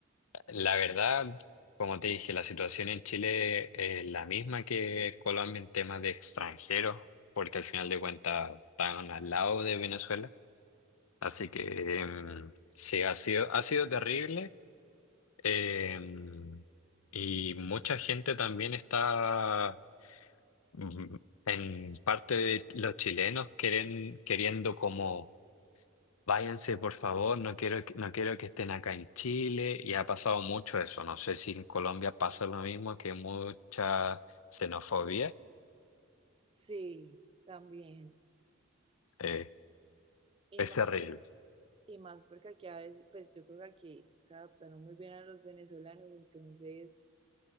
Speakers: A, on the left; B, on the right.
A: La verdad, como te dije, la situación en Chile es la misma que Colombia en temas de extranjeros, porque al final de cuentas están al lado de Venezuela. Así que em, sí, ha sido, ha sido terrible. em, y mucha gente también está mm, en parte de los chilenos queren queriendo como Váyanse, por favor, no quiero que, no quiero que estén acá en Chile y ha pasado mucho eso. No sé si en Colombia pasa lo mismo, que mucha xenofobia.
B: Sí, también.
A: Eh,
B: Y
A: es
B: más,
A: terrible.
B: y más porque aquí a veces, pues yo creo que aquí se adaptaron muy bien a los venezolanos, entonces,